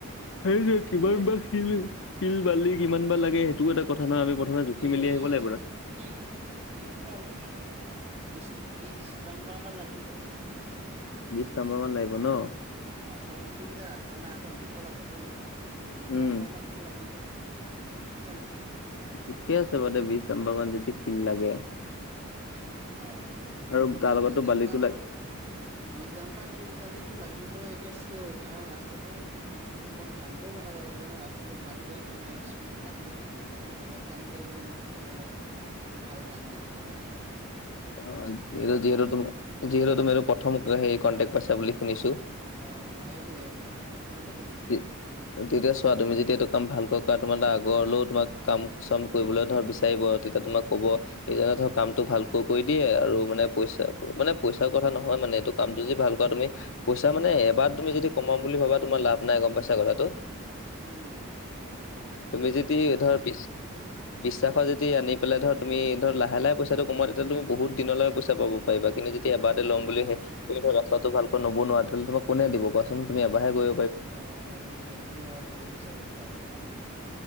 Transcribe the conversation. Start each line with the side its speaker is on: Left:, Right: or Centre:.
Left: সেইটো কিবা
Right: বেলেগ
Left: বা শিল - শিল বালি কিমান বা লাগে সেইটোকো এটা কথা নহয়, আমি প্ৰথমে জুখি
Right: শিল
Left: মেলি আহিব লাগিব
Right: শিল - শিল বালি বি বিছ দাম্পাৰমান লাগিব।
Left: বিশ ডাম্পাৰ মান লাগিব ন?
Right: অ, ছয় কিলোমিটাৰ ৰাস্তা নাই অকণ দীঘল আছেতো, বিশ
Left: উম,
Right: ডাম্পাৰ মান শিল লাগিবই, বুজিছা নাই।
Left: ঠিকে আছে বাৰু বিশ ডাম্পাৰ মান যদি শিল লাগে।
Right: অ
Left: আৰু তাৰ লগতো
Right: বিশ দাম্পাৰটো
Left: বালিতো লাগে।
Right: বিশ ডাম্পা শিল বালিটো লাগিবই একে চিয়ৰ, কাৰণ ৰাস্তাটো অকন ভালকৈও বনাব লাগিব ন, ৰাস্তাটো ভাল হলে ধৰ নেক্স মোক কাম তাৰে বেলেগ কাম কৰিবলৈ মোক ক'ব ন তেতিয়া, এইটো ভাল কাম দেখিলে হয় নে নহয়।
Left: অ,
Right: সেইটো
Left: যি
Right: কোৱা
Left: যিহেতু তুম যিহেতু তুমি প্ৰথম স কনটেক্ট পাইছা বুলি শুনিছো।
Right: অ, সেইটোৱেই - সেইটো কাৰণে কৈছো।
Left: টি তেতিয়া চোৱা তুমি যেতিয়া এইটো কাম ভালকৈ কৰা তোমাৰ আগৰলৈও তোমাক কাম চাম কৰিবলৈ ধৰ বিচ তেতিয়া তোমাক কব এইজনে ধৰ কামটো ভালকৈ কৰি দিয়ে আৰু মানে পইচা মানে পইচাৰ কথা নহয় মানে এইটো কামটো যদি ভাল কৰা তুমি পইচা মানে এবাৰ তুমি যদি কমাম বুলি ভাবা তোমাৰ লাভ নাই গম পইচা কথাটো।
Right: উম
Left: তুমি
Right: গম
Left: যদি
Right: পাইছো
Left: ধৰ পিছ বিশ্বাসত যদি আনি পেলাই ধৰ তুমি ধৰ লাহে লাহে তুমি পইচাটো কমোৱা, তেতিয়া তুমি বহুদিনলৈ পইচা পাব। পাৰিবা, কিন্তু যেতিয়া এবাৰতে ল'ম
Right: অ
Left: বুলি সে ত ৰাস্তাটো ভালকৈ নবনোৱা, তেতিয়াহলে তোমাক কোনে দিব কোৱাচোন তুম এবাৰহে গৈ
Right: এইয়া সেইটো সেইটোতো হয় ঠিকেই কৈছা তুমি বাৰে কথাটো।